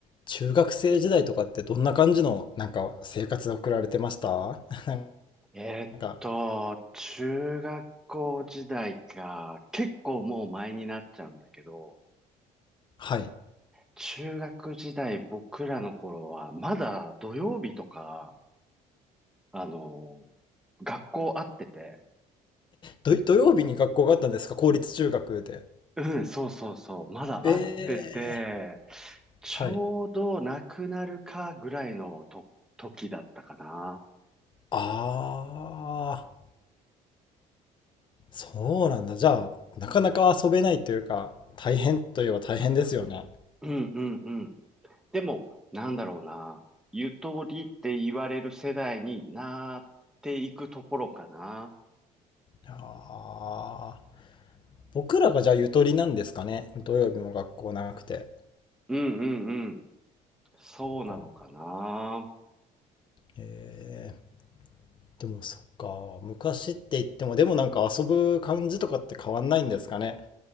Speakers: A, on the left; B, in the centre.
A: 中学生時代とかってどんな感じのなんか生活を送られてました <laughs> な
B: えーっと、
A: んか、
B: 中学校時代か、結構もう前になっちゃうんだけど、
A: はい。
B: 中学時代僕らの頃は、まだ土曜日とか、あの、学校会ってて、
A: 土、土曜日に学校があったんですか公立中学で。
B: うん、そうそうそう、まだ会ってて、
A: ええ
B: ちょうどなくなるかぐらいのと時だったかな。
A: はい。ああ、そうなんだ。じゃあ、なかなか遊べないというか、大変といえば大変ですよね。
B: うんうんでも、なんだろうな。ゆとりって言われる世代になっていくところかな。
A: ああ、僕らがじゃあゆとりなんですかね。土曜日も学校なくて。
B: うんうんうん。そうなのかな。
A: か。ええでもそっか、昔って言っても、でもなんか遊ぶ感じとかって変わんないんですかね。